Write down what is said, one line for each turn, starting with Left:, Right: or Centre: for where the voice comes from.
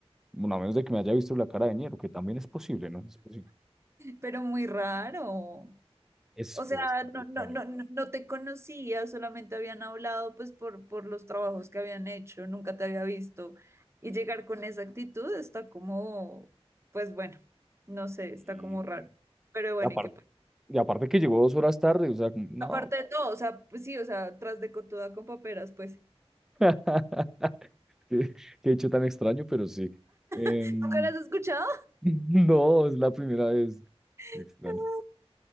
Centre: bueno, a menos de que me haya visto la cara de Niero, que también es posible, ¿no? Es posible.
Right: pero muy raro.
Centre: Es
Right: O
Centre: fue
Right: sea,
Centre: bastante
Right: no,
Centre: extraño.
Right: no, no, no no te conocía, solamente habían hablado pues por, por los trabajos que habían hecho, nunca te había visto. Y llegar con esa actitud está como, pues bueno, no sé, está
Centre: Sí,
Right: como raro.
Centre: no, no.
Right: Pero bueno,
Centre: Y aparte,
Right: y que pues,
Centre: y aparte que llegó dos horas tarde, o sea, como, no,
Right: aparte de todo, o sea, pues sí, o sea, tras de cotuda con paperas, pues,
Centre: <laughs> Qué, qué hecho tan extraño, pero sí. Em,
Right: ¿nunca las has escuchado?
Centre: <laughs> no, es la primera vez.
Right: <laughs>
Centre: Qué Extraño.